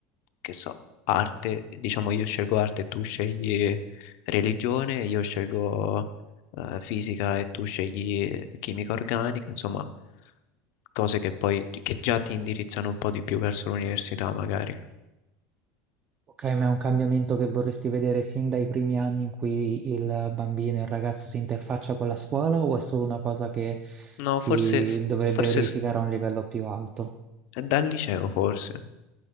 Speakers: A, on the left (about 60°); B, on the right (about 25°).
A: che so, arte, diciamo io scelgo arte e tu scegli religione, io scelgo eh, fisica e tu scegli chimica organica, insomma, cose che poi che già ti indirizzano un po' di più verso l'università, magari.
B: Ok, ma è un cambiamento che vorresti vedere sin dai primi anni in cui il bambino e il ragazzo si interfaccia con la scuola o è solo una cosa che
A: No,
B: si
A: forse,
B: dovrebbe
A: forse
B: verificare
A: s-
B: a un livello più alto?
A: dal liceo, forse.